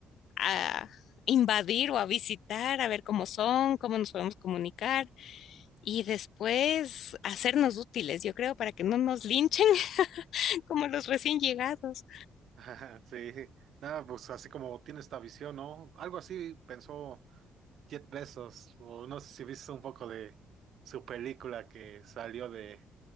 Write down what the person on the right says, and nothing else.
<laughs> Sí, nada, pues así como tiene esta visión, ¿no? Algo así pensó. Jet Bezos, o no sé si viste un poco de su película que salió de,